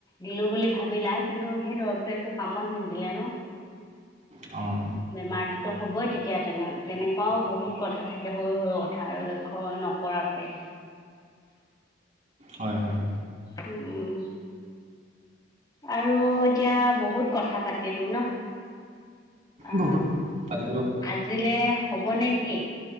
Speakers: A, on the left (about 25°); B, on the right (about 40°).
A: দিলোঁ বুলি ভাবিলা কিন্তু সেই দৰৱটোৱে একো কামত নিদিলে ন?
B: অ'।
A: বেমাৰটোতো হ'বই তেতি য়া তেনে তেনেকুৱাও বহুত কথা থাকে সৰু, সৰু কথা আৰু লক্ষ্য নকৰাকে।
B: হয় হয়
A: উম, উম, উম। আৰু এতিয়া বহুত কথা পাতিলোঁ ন। আ
B: বহুত পাতিলোঁ
A: আজিলে হ'ব নেকি?